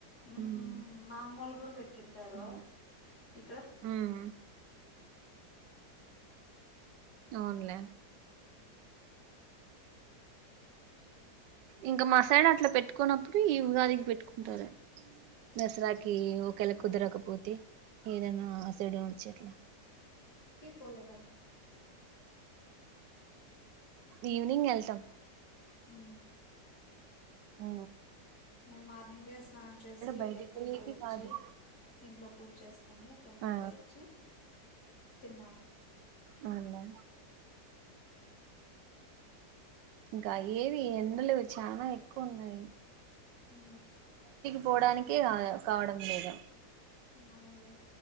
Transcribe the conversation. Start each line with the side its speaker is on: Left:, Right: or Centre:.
Left: ఉ
Right: ఉమ్
Left: మా అమ్మళ్లు కూడా పెట్టింటారు
Right: అవును
Left: ఇక్కడ
Right: ఉమ్ అవునులే ఇంకా మా సైడ్ అట్లా పెట్టుకున్నప్పుడు ఈ ఉగాదికి పెట్టుకుంటారు దసరాకి ఒకేళ కుదరకపోతే ఏదైనా అసడ వచ్చట్లా
Left: పోలేదాము
Right: ఈవినింగ్ వెళ్తాం
Left: ఈ
Right: ఆ
Left: మేము మార్నింగ స్నానం చేసి
Right: బయటికి
Left: టెంపుల్
Right: పోయేకి
Left: పోయి వచ్చి
Right: కాదు
Left: ఇంట్లో పూజ చేసుకుని టెంపుల్
Right: ఆ
Left: పొయి వచ్చి తిన్నాము
Right: అవునులే
Left: హ
Right: ఇంకా ఏవి ఎండలు చాలా ఎక్కువ ఉన్నాయి
Left: హ
Right: పోవడానికి కావడం లేదు
Left: అవునులే